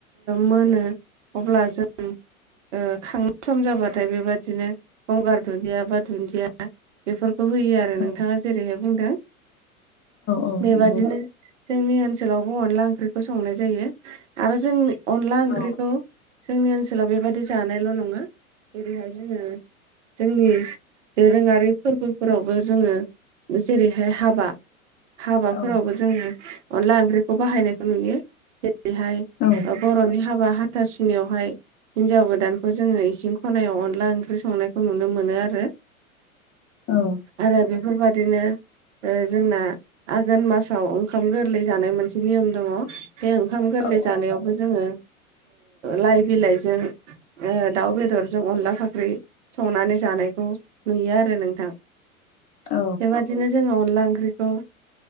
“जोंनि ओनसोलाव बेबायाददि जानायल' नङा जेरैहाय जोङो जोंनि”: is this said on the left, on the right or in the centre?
Right